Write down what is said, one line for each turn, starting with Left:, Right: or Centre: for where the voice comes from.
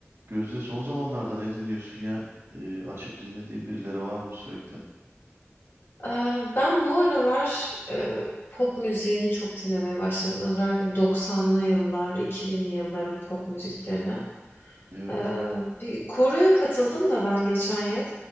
Right: Gözde son zamanlarda ne dinliyorsun ya? Ee, açıp dinlediğin birileri var mı sürekli?
Left: Eee, ben bu aralar, eee, pop müziğini çok dinlemeye başladım. Özellikle 90'lı yıllar, 2000'li yılların pop müziklerine.
Right: Evet.
Left: Eee, bir koroya katıldım da ben geçen yıl.